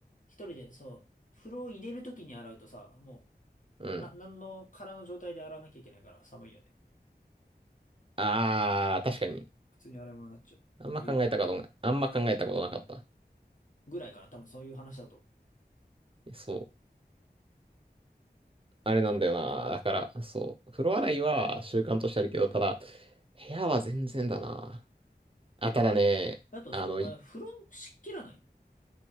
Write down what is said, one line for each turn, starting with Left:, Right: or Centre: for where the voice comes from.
Left: 一人で、そう、風呂を入れる時に洗うとさ、も
Right: うん。
Left: う、な、なんの空の状態で洗わなきゃいけないから寒いよね。
Right: ああ、確かに。
Left: 普通に洗い物になっちゃうっていう
Right: あんま考えたことな、あんま考えたことなかった。
Left: ぐらいかな。多分そういう話だと。
Right: そう。あれなんだよな。だから、そう。風呂洗いは習慣としてあるけど、ただ、部屋は全然だな。あ、ただね、
Left: だと、
Right: あの、
Left: そう、あ、
Right: い
Left: 風呂湿気らない